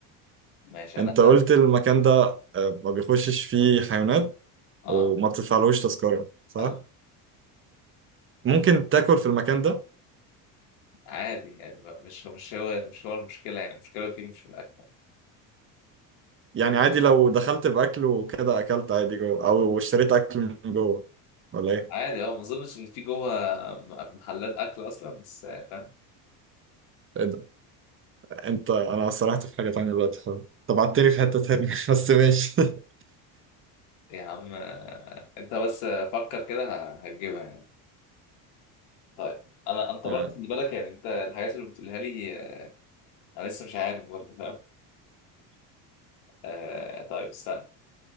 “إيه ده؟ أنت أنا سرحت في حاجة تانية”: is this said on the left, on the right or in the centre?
Right